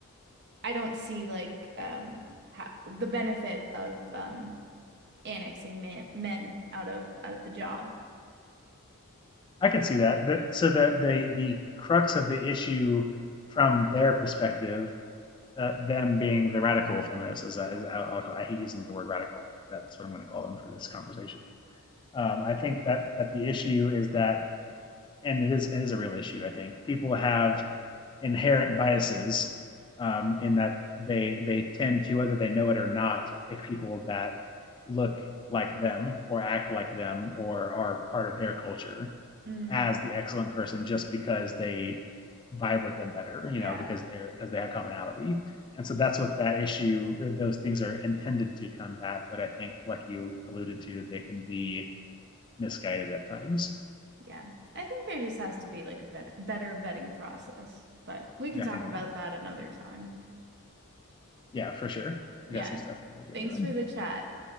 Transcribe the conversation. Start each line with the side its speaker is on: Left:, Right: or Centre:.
Right: I don't see like um, ha the benefit of um, annexing man men out of out of the job.
Left: I can see that. The, so the, the the crux of the issue from their perspective, uh, them being the radical feminists, as, I- as I'll call, I hate using the word radical, but that's what I'm going to call them for this conversation. Um, I think that that the issue is that, and it is it is a real issue. I think people have inherent biases um, in that they they tend to, whether they know it or not, pick people that look like them or act like them or are part of their culture
Right: Mm,
Left: as the excellent person just because they vibe with them better, you
Right: yeah,
Left: know, because they're because they have commonality. And so that's what that issue, uh, those things are intended to combat. But I think, like you alluded to, they can be misguided at times.
Right: yeah. I think there just has to be like a better, better vetting process, but we can
Left: Definitely.
Right: talk about that another time.
Left: Yeah, for sure.
Right: Yeah.
Left: I got some stuff to go get
Right: Thanks
Left: doing.
Right: for the chat.